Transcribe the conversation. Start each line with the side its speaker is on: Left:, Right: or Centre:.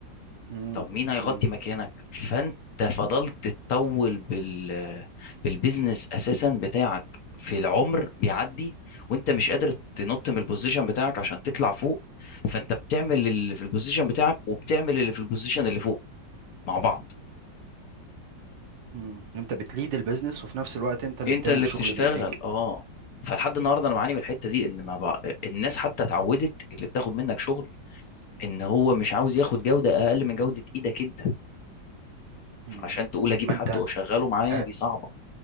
Right: امم
Left: طب مين هيغطي
Right: امم
Left: مكانك فانت فضلت تطول بال بالبيزنس اساسا بتاعك في العمر بيعدي وانت مش قادر تنط من البوزيشن بتاعك عشان تطلع فوق فانت بتعمل اللي في البوزيشن بتاعك وبتعمل اللي في البوزيشن اللي فوق مع بعض
Right: امم انت بتليد البيزنس وفي نفس الوقت انت اللي
Left: انت
Right: بتعمل
Left: اللي
Right: الشغل
Left: بتشتغل
Right: بايديك
Left: اه فلحد النهارده انا بعاني من الحته دي ان ما بق... الناس حتى اتعودت اللي بتاخد منك شغل ان هو مش عاوز ياخد جوده اقل من جوده ايدك انت فعشان
Right: امم
Left: تقول اجيب
Right: ما
Left: حد
Right: انت
Left: واشغله معايا
Right: ح-
Left: دي صعبه